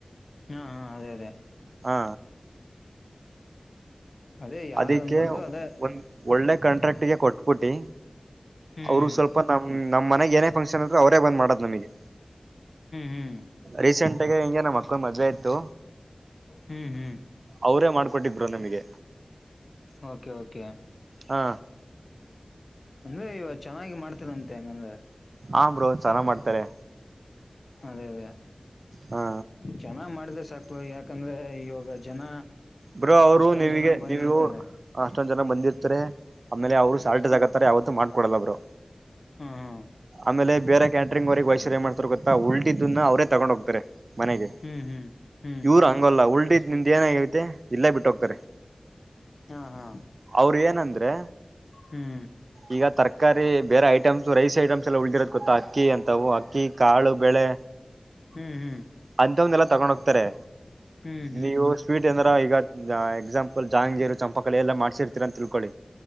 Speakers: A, on the left; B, on the right.
A: ಹಾ ಹಾ ಅದೇ ಅದೇ
B: ಹಾ
A: ಅದೇ ಯಾವ್ದ್
B: ಅದಿಕ್ಕೆ
A: ಅನ್ಬಾರ್ದು ಅದೇ
B: ಒಂದ್ ಒಳ್ಳೆ ಕಾಂಟ್ರಾಕ್ಟ್ ಗೆ ಕೊಟ್ಬಿಟ್ಟಿ
A: ಹ್ಮ್
B: ಅವರು
A: ಹ್ಮ್
B: ಸ್ವಲ್ಪ ನಮ್ ನಮ್ಮ್ ಮನೆಗೆ ಏನೇ ಫಂಕ್ಷನ್ ಅದ್ರು ಅವರೇ ಬಂದ್ ಮಾಡದು ನಮಗೆ
A: ಹ್ಮ್
B: ರೀಸೆಂಟ್ ಆಗೆ ಹೆಂಗೇ ನಮ ಮದ್ವೆ ಇತ್ತು
A: ಹ್ಮ್ ಹ್ಮ್ ಹ್ಮ್
B: ಅವ್ರೇ ಮಾಡ್ಕೊಟ್ಟಿದ್ ಬ್ರೋ ನಮ್ಗೆ.
A: ಓಕೆ ಓಕೆ
B: ಹಾ
A: ಅಂದ್ರೆ ಇವ ಚೆನ್ನಾಗಿ ಮಾಡ್ತನಂತೆ ಹೆಂಗಂದ್ರೆ.
B: ಹಾ ಬ್ರೋ ಚೆನ್ನಾಗ್ ಮಾಡ್ತಾರೆ.
A: ಅದೇ ಅದೇ
B: ಹಾ
A: ಚೆನ್ನಾಗ್ ಮಾಡ್ದ ಯಾಕಂದ್ರೆ ಇವಾಗ ಜನ
B: ಬ್ರೋ ಅವರು
A: ಅಷ್ಟೊಂದ್
B: ನಿಮಗೆ
A: ಜನ ಬಂದಿರ್ತದೆ
B: ನೀವು ಅಷ್ಟೊಂದ್ ಜನ ಬಂದಿರ್ತಾರೆ. ಆಮೇಲೆ ಅವರು ಸಾಲ್ಟ್ ತಕತ್ತಾರೆ ಯಾವತ್ತು ಮಾಡ್ಕೊಡಲ್ಲ ಬ್ರೋ
A: ಹ್ಮ ಹ್ಮ
B: ಆಮೇಲೆ ಬೇರೆ ಕ್ಯಾಟರಿಂಗ್ ಅವ್ರಿಗ್ ವಹಿಸಿರ್ ಏನ್ ಮಾಡ್ತಾರೆ ಗೊತ್ತ ಉಲ್ಟಿದ್ದನ್ನ ಅವ್ರೆ ತಗೊಂಡ್ ಹೋಗ್ತಾರೆ. ಮನೆಗೆ
A: ಹ್ಮ್ ಹ್ಮ್ ಹ್ಮ್
B: ಇವ್ರು ಹಂಗಲ್ಲ ಉಲ್ಟಿದ್ ನಿಮ್ದ ಏನಾಗೈತೆ ಇಲ್ಲೇ ಬಿಟ್ ಹೋಗ್ತಾರೆ.
A: ಹಾ ಹಾ
B: ಅವ್ರ್ ಏನಂದ್ರೆ
A: ಹ್ಮ್
B: ಈಗ ತರಕಾರಿ ಬೇರೆ ಐಟಮ್ಸ್ ರೈಸ್ ಐಟಮ್ಸ್ ಎಲ್ಲ ಉಳ್ದಿರತ್ತ್ ಗೊತ್ತ ಅಕ್ಕಿ ಅಂತವು ಅಕ್ಕಿ ಕಾಳು ಬೆಳೆ
A: ಹ್ಮ್ ಹ್ಮ್
B: ಅಂತವುನೆಲ್ಲ ತಗೊಂಡ್ ಹೋಗ್ತಾರೆ
A: ಹ್ಮ್ ಹ್ಮ್
B: ನೀವು ಸ್ವೀಟ್ ಏನಾರ್ ಈಗ ಎಕ್ಸಾಂಪಲ್ ಜಾಹಂಗೀರು ಚಂಪಾಕಲಿ ಎಲ್ಲಾ ಮಾಡ್ಸಿರ್ತೀರ ಅಂತಿಳ್ಕೊಳ್ಳಿ